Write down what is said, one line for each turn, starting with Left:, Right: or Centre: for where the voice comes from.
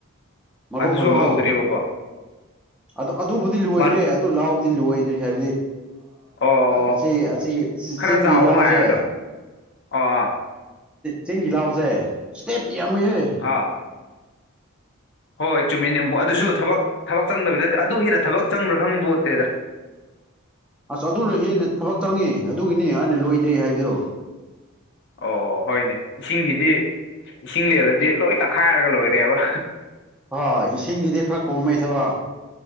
Centre: ꯃꯔꯨ
Left: ꯑꯗꯨꯁꯨ
Centre: ꯍꯣꯟꯕꯗꯣ
Left: ꯍꯧꯗ꯭ꯔꯤꯕꯀꯣ
Centre: ꯑꯗꯨ ꯑꯗꯨꯕꯨꯗꯤ ꯂꯣꯏꯈ꯭ꯔꯦ
Left: ꯃꯔꯨ
Centre: ꯑꯗꯨ ꯂꯧ ꯗꯤ ꯂꯣꯏꯗꯔ꯭ꯤ ꯍꯥꯏꯕꯗꯤ
Left: ꯑꯣ
Centre: ꯑꯁꯤ ꯑꯁꯤꯒꯤ
Left: ꯈꯔ
Centre: ꯆꯤꯡꯒꯤ
Left: ꯆꯥꯎꯕ
Centre: ꯂꯥꯎꯁꯦ
Left: ꯉꯥꯏꯕꯗꯣ ꯑꯣ ꯑꯥ
Centre: ꯆꯤꯡꯒꯤ ꯂꯧ ꯁꯦ ꯌꯝꯃꯤꯍꯦ
Left: ꯑꯥ ꯍꯣꯏ ꯆꯨꯝꯃꯤꯅꯦꯕꯨ ꯑꯗꯨꯁꯨ ꯊꯕꯛ ꯊꯕꯛ ꯆꯪꯗꯕ ꯅꯠꯇꯦ ꯑꯗꯨ ꯍꯦꯟꯅ ꯊꯕꯛ ꯆꯪꯕ꯭ꯔꯥ ꯈꯪꯕꯣꯠꯇꯦꯗ
Centre: ꯑꯁ ꯑꯗꯨꯅ ꯍꯦꯟꯅ ꯊꯕꯛ ꯆꯪꯉꯤ ꯑꯗꯨꯒꯤꯅꯤ ꯑꯩꯅꯥ ꯂꯣꯏꯗ꯭ꯔꯤ ꯍꯥꯏꯕꯗꯣ
Left: ꯑꯣ ꯑꯣ ꯍꯣꯏꯅꯦ ꯏꯁꯤꯡꯒꯤꯗꯤ ꯏꯁꯤꯡ ꯂꯩꯔꯗꯤ ꯂꯣꯏ ꯇꯛꯈꯥꯏꯔꯒ ꯂꯣꯏꯔꯦꯕ
Centre: ꯍꯣꯏ ꯏꯁꯤꯡꯒꯤꯗꯤ ꯈꯔ ꯀꯣꯝꯃꯦ ꯊꯕꯛ